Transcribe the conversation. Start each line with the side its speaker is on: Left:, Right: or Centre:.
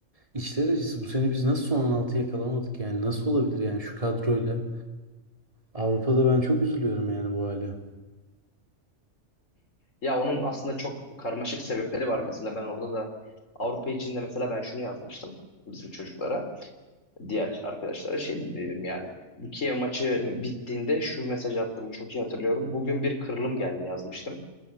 Right: içler acısı. Bu sene biz nasıl son on altı yakalamadık yani nasıl olabilir yani şu kadroyla. Avrupa'da ben çok üzülüyorum yani bu hale.
Left: Ya onun aslında çok karmaşık sebepleri var. Mesela ben orada da Avrupa içinde mesela ben şunu yazmıştım bizim çocuklara. diğer arkadaşlara şey dedim yani. Bu Kiev maçı bittiğinde şu mesajı attığımı çok iyi hatırlıyorum. Bugün bir kırılım geldi yazmıştım.